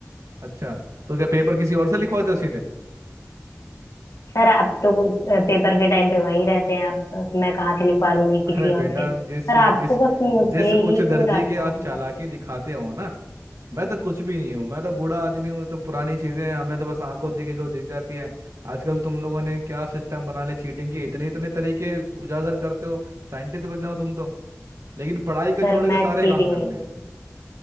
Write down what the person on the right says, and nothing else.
अच्छा तो क्या पेपर किसी और से लिखवाते हो सीधे
अरे
बेटा
जिस
जिस
जिस
उच्च दर्जे
के आप
चालाकी
दिखाते हो ना मैं तो कुछ भी नहीं हूँ मैं तो बूढ़ा आदमी हूँ तो पुरानी चीजें हैं हमें तो बस आंखों देखी दो दिख जाती है आजकल तुम लोगों ने क्या सिस्टम बना ले चीटिंग के इतने इतने तरीके उजागर करते हो साइंटिस्ट बन जाओ तुम तो लेकिन पढ़ाई को
छोड़
के सारे
काम करने
हैं